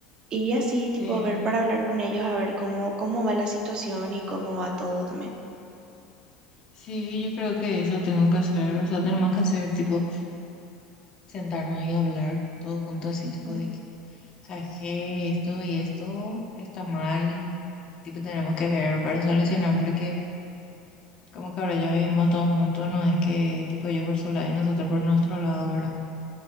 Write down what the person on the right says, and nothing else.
Y así, tipo,
a ver para hablar con ellos, a ver cómo, cómo va la situación y cómo va todo también.
Ujú,